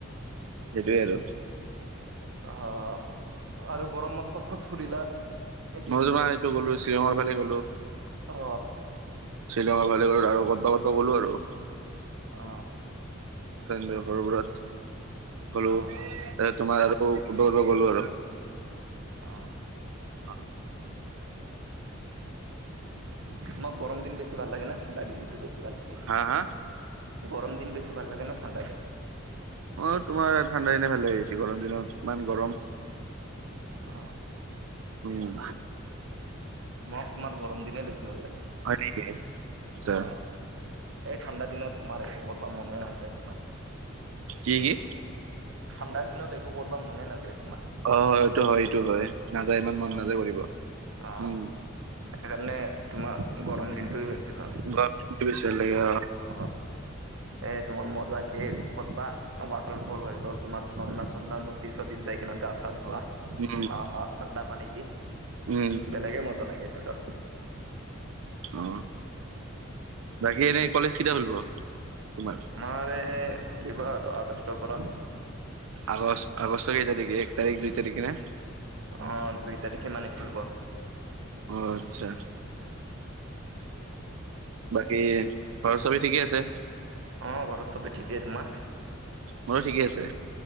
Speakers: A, on the right; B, on the right.
A: সেইটোৱে আৰু।
B: অ অ। আৰু গৰমত ক'ত ক'ত ফুৰিলা? একেইদিন
A: মই তোমাৰ এইটো গ'লো শ্বিলঙৰ ফালে গ'লো।
B: অ।
A: শ্বিলঙৰ ফালে গ'লো আৰু ক'তবা ক'তবা গ'লো আৰু।
B: অ।
A: ফ্ৰেণ্ডৰ ঘৰবোৰত গ'লো
B: অ অ
A: এ তোমাৰ আৰু ক'তবা ক'তবা গ'লো আৰু।
B: অ।
A: অ।
B: তোমাক গৰম দিন বেছি ভাল লাগে নে ঠাণ্ডা দিনটো বেছি ভাল লাগে?
A: হা হা?
B: গৰম দিন বেছি ভাল লাগে নে ঠাণ্ডা দিন?
A: মোৰ তোমাৰ ঠাণ্ডা দিনেই ভাল লাগে বেছি গৰম দিনত ইমান গৰম।
B: অ।
A: উম।
B: মোক তোমাৰ গৰম দিনেই বেছি ভাল লাগে।
A: হয় নেকি আচ্ছা
B: অ। এই ঠাণ্ডা দিনত তোমাৰ একো কৰিবা মনে নাযায় তোমাৰ।
A: কি কি?
B: ঠাণ্ডা দিনত একো কৰিব মনে নাযায় তোমাৰ।
A: অ হয় এইটো হয় এইটো হয় নাযায় ইমান
B: অ
A: মন নাযায় কৰিব
B: অ
A: উম।
B: সেইকাৰণে তোমাৰ গৰম দিনটোয়ে বেছি ভাল।
A: গৰম দিনটোয়ে বেছি ভাল লাগে অ।
B: অ এ তোমাৰ মজাকে ক'তবা ৱাটাৰ ফল হৈ গ'ল তোমাৰ চন্না নদী-চদীত যাই কেনে গা-চা ধোৱা।
A: উম।
B: অ অ ঠাণ্ডা পানী দি
A: উম
B: বেলেগে মজা লাগে এইটোটো।
A: অ। বাকী এনেই কলেজ কেতিয়া খুলিব তোমাৰ?
B: আমাৰ এই খুলিব আৰু আগষ্টৰ পৰা।
A: আগষ্ট আগষ্টৰ কেই তাৰিখে এক তাৰিখ দুই তাৰিখে নে।
B: অ দুই তাৰিখে মানে খুলিব।
A: অ, আচ্ছা। বাকী ঘৰত সবে ঠিকেই আছে?
B: অ ঘৰত চবে ঠিকে তোমাৰ।
A: মোৰো ঠিকে আছে।